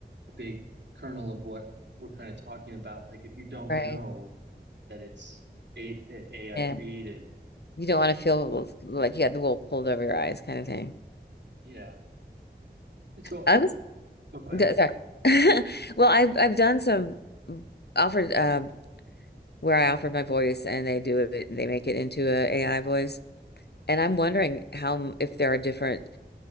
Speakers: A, on the right; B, on the left.
A: a big kernel of what we're kind of talking about. Like if you don't
B: Right.
A: know that it's a AI
B: Yeah.
A: created,
B: You don't want to feel
A: uh,
B: like you had the wool pulled over your eyes kind of thing.
A: yeah. So I,
B: I was
A: oh, go ahead.
B: d- sorry. <laughs> Well, I've I've done some mm, offered um where I offered my voice and they do it they make it into a AI voice. And I'm wondering how m- if there are different